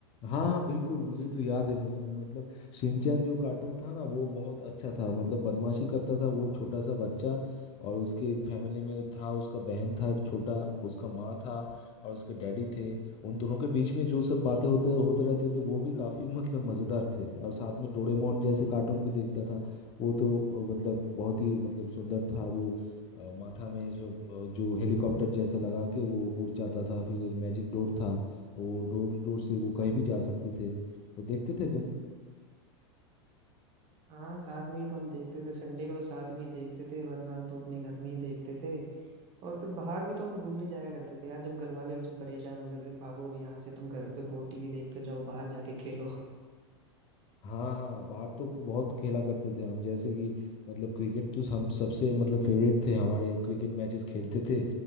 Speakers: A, on the left; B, on the right.
A: हाँ हाँ बिल्कुल मुझे तो याद है मुझे- मतलब शिनचैन जो कार्टून था ना वो बहुत अच्छा था मतलब बदमाशी करता था वो छोटा सा बच्चा और उसके फैमिली में था उसका बहन था एक छोटा उसका माँ था और उसके डैडी थे उन दोनों के बीच में जो सब बातें होते होते रहते थे वो भी काफ़ी <laughs> मतलब मज़ेदार थे और साथ में डोरेमोन जैसे कार्टून भी देखता था वो तो अ, मतलब बहुत ही मतलब सुंदर था वो अ, माथा में जो जो हेलीकॉप्टर जैसा लगा के वो उड़ जाता था फिर एक मैजिक डोर था वो डोर डोर से वो कहीं भी जा सकते थे वो देखते थे तुम
B: हाँ साथ में ही तो हम देखते थे संडे को तो साथ में ही देखते थे वरना तो अपने घर में ही देखते थे और फिर बाहर भी तो हम घूमने जाया करते थे यार जब घर वाले हमसे परेशान होते थे भागो भी यहाँ से तुम घर पे बहुत टीवी देखते हो, जाओ बाहर जाके खेलो
A: हाँ हाँ बाहर तो बहुत खेला करते थे हम जैसे कि मतलब क्रिकेट तो हम सबसे मतलब फेवरेट थे हमारे क्रिकेट मैचेस खेलते थे